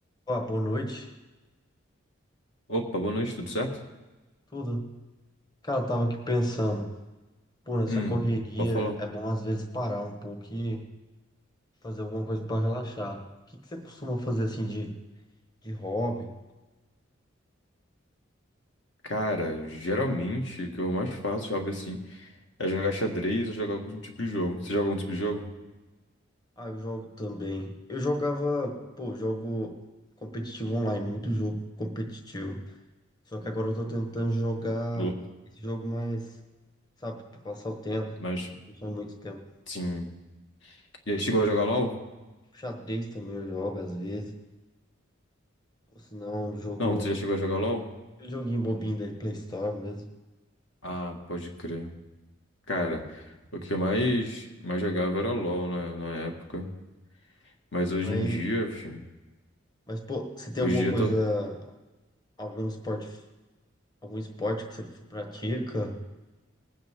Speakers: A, on the left; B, on the left.
A: Ó, boa noite,
B: Opa, boa noite, tudo certo?
A: tudo? Cara, eu tava aqui pensando, pô, nessa
B: Hum,
A: correria
B: pode falar.
A: é bom às vezes parar um pouco e fazer alguma coisa pra relaxar. O que que você costuma fazer assim de, de hobby?
B: Cara, geralmente o que eu mais faço, sabe assim, é jogar xadrez ou jogar algum tipo de jogo. Você joga algum tipo de jogo?
A: Ah, eu jogo também. Eu jogava, pô, jogo competitivo online, muito jogo competitivo. Só que agora eu tô tentando jogar
B: Do-
A: esse jogo mais, sabe, pra passar o tempo,
B: Mas,
A: que não consome muito tempo.
B: sim. Já chegou a jogar LOL?
A: Xadrez também eu jogo às vezes, ou senão eu jogo
B: Não, você já chegou a jogar LOL?
A: aquele joguinho bobinho da Play Store mesmo.
B: Ah, pode crer. Cara, o que eu mais, mais jogava era LOL na, na época. Mas hoje
A: Mas,
B: em dia, filho,
A: mas pô, você tem
B: hoje
A: alguma
B: em dia
A: coisa,
B: eu tô.
A: algum esporte, algum esporte que você pratica?